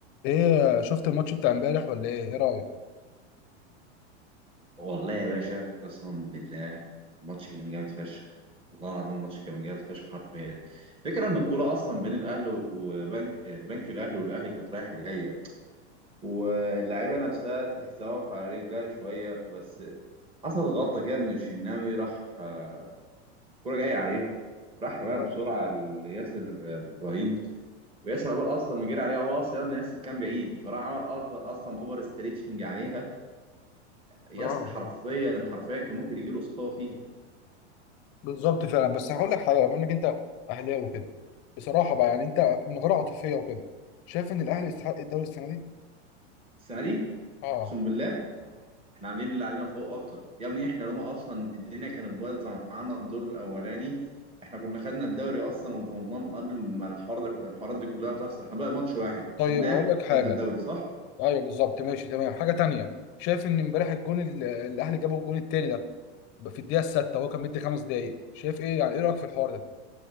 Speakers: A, on the left; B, on the right.
A: ايه شفت الماتش بتاع امبارح ولا ايه ايه رايك
B: والله يا باشا قسما بالله الماتش كان جامد فشخ والله العظيم الماتش كان جامد فشخ حرفيا فكرة ان الكوره اصلا بين الاهلي وبنك البنك الاهلي والاهلي كانت رايحه جايه واللعيبه نفسها تحسها واقفه على رجلها شويه بس حصلت غلطه كده من الشناوي راح آه، الكوره جايه عليه راح رماها
A: طيب.
B: بسرعه لياسر ابراهيم وياسر عقبال اصلا ما جري عليها هو اصلا ياسر كان بعيد فراح عمل أص- اصلا اوفر ستريتشنج عليها ياسر
A: اه
B: حرفيا
A: ايوه.
B: حرفيا كان ممكن يجيله اصابه فيها
A: بالظبط فعلا بس هقول لك حاجه بما انك انت اهلاوي وكده بصراحه بقى يعني انت من غير عاطفيه وكده شايف ان الاهلي يستحق الدوري السنه دي
B: السنه دي
A: اه
B: اقسم بالله احنا عاملين اللي علينا فوق اكتر يا ابني احنا لما اصلا الدنيا كانت بايظه معانا الدور الاولاني احنا كنا خدنا الدوري اصلا وضمناه من قبل ما الحوار ده الحوارات دي كلها تحصل احنا بقى ماتش واحد سيبناه
A: طيب هقول لك حاجه
B: خدنا الدوري صح
A: ايوه بالظبط ماشي تمام حاجه تانية شايف ان امبارح الجون ال- الاهلي جابه الجون التاني ده في الدقيقه السادسه وهو كان مدي خمس دقايق شايف ايه يعني ايه رايك في الحوار ده